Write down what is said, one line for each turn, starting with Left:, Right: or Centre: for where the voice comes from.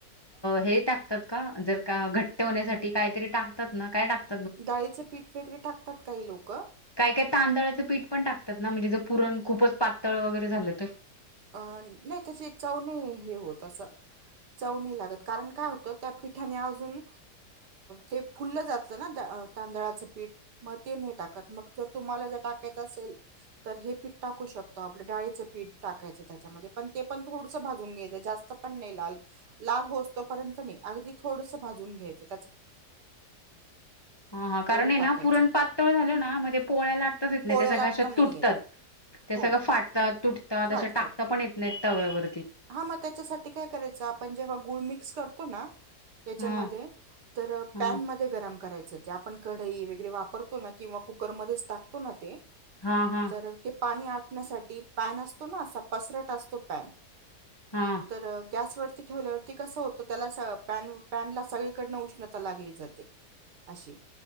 Left: हे टाकतात का जर का घट्ट ठेवण्यासाठी काहीतरी टाकतात ना काय टाकत
Right: डाळीचे पीठ वगैरे टाकतात काही लोक
Left: काय काय तांदळाचं पीठ पण टाकतात ना म्हणजे जर पुरण खूपच पातळ वगैरे झालं तर
Right: अ नाही त्याची चव नी हे होत अस चव नाही लागत. कारण काय होत त्या पिठाने अजून ते फुललं जातं ना तांदळाचं पीठ. म टाकत मग तुम्हाला जर टाकायच असेल तर हे पीठ टाकू शकतो आपल्या. पीठ. टाकायच त्याच्यामध्ये पण ते पण थोडसं भाजून घ्यायचं जास्त पण नाही लाल लाल हो अस तोपर्यंत नाही. अगदी थोडस भाजून घ्यायचं.
Left: हा हा कारण
Right: तेवढं
Left: आहे
Right: टाकायचं
Left: ना पुरण पातळ झालं ना मध्ये पोळ्या लाटतच येत नाही
Right: पोळ्या
Left: ते सगळ्या
Right: लाटता
Left: अश
Right: नाही
Left: तुटतात.
Right: येत
Left: ते
Right: हो
Left: सगळं फाटतात
Right: न-
Left: तुटतात
Right: फाटतात
Left: असं टाकता पण येत नाहीत तव्यावर.
Right: हा मग त्याच्यासाठी काय करायचं आपण जेव्हा गुळ मिक्स करतो ना? याच्यामध्ये
Left: हा
Right: तर
Left: हा
Right: पॅन म गरम करायच. ते आपण कढाई वगैरे वापरतो ना किंवा कुकरमध्येध्येच टातो ना ते.
Left: हा हा
Right: तर ते पाणी आटण्यासाठी पॅन असतो ना असा पसरत असतो पॅन.
Left: हा
Right: तर गॅसवरती ठेवल्यावरती कस होतं त्याला. पॅन ला सगळीकडन उष्णता लागली जाते. अशी,